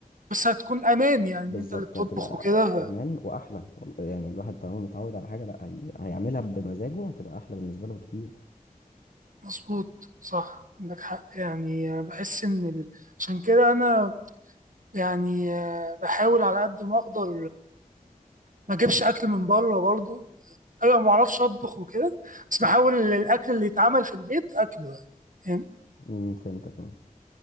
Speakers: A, on the right; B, on the left.
A: بس هتكون امان يعني
B: بالظبط
A: ان انت اللي بتطبخ
B: هتبقى
A: وكده ف-
B: امان واحلى يعني الواحد طالما متعود على حاجه لا هي... هيعملها بمزاجه هتبقى احلى بالنسبه له كتير
A: مظبوط صح عندك حق يعني بحس ان ال... عشان كده انا يعني بحاول على قد ما اقدر ما اجيبش اكل من بره برضه انا ما بعرفش اطبخ وكده بس بحاول الاكل اللي يتعمل في البيت اكله يعني فاهم؟
B: امم فهمتك اه